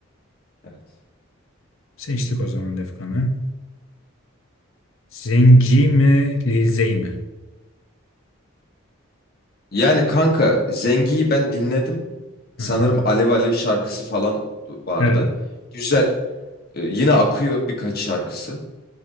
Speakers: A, on the left (about 45°); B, on the left (about 70°).
A: Evet.
B: Seçtik o zaman Defkan'ı. Zenci mi, Lizey mi?
A: Yani kanka Zengi'yi ben dinledim. Sanırım
B: Hı hı.
A: Alev Alev şarkısı falan vardı.
B: Evet.
A: Güzel. Ee, yine akıyor birkaç şarkısı.